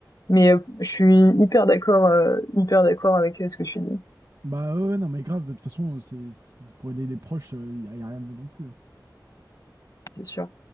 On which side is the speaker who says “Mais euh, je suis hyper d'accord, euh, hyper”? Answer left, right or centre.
Left